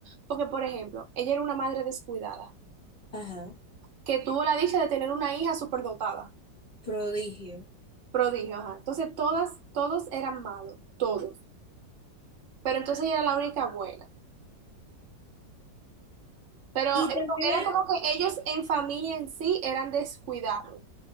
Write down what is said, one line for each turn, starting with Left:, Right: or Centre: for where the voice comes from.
Right: Porque, por ejemplo, ella era una madre descuidada,
Left: Ajá.
Right: que tuvo la dicha de tener una hija superdotada,
Left: Prodigio.
Right: prodigio, ajá. Entonces, todas, todos eran malos, todos. Pero entonces ella era la única buena. Pero eso-
Left: Y también
Right: era como que ellos en familia en sí eran descuidados. O